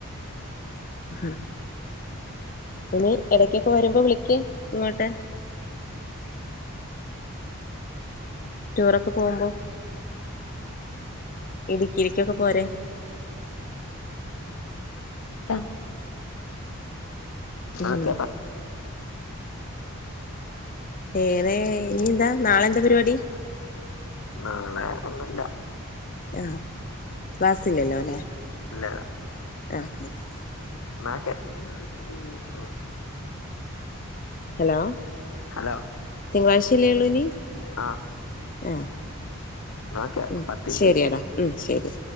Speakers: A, on the left (about 40°); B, on the left (about 70°).
A: ഹ്മ്മ് <unintelligible> ഇനി എടക്കൊക്കെ വരുമ്പോ വിളക്ക് ഇങ്ങോട്ട് ടൂറോക്കെ പോകുമ്പോ ഇടുക്കിയിലേക്കൊക്കെ പോരെ
B: <unintelligible>
A: ഉം
B: ആക്കപ്പ <unintelligible>
A: ഏറെ
B: പത്ത്
A: ഇനി എന്താ നാളെ എന്താ പരിപാടി
B: നാളെ ഒന്നുമല്ല
A: ആഹ് ക്ലാസ്ല് ഇല്ലല്ലോ അല്ലേ
B: ഇല്ലയില്ല
A: ആ് ആ <unintelligible>
B: നക്കെ <unintelligible>
A: ഹലോ
B: ഹലോ
A: തിങ്കലാഴ്ച്ചയല്ലേ ഉള്ളൂ ഇനി
B: ആഹ്
A: ആഹ്
B: ന്നാക്കെ
A: ഉം
B: പത്തിന്റെ
A: ശരിയടാ ഉം ശരി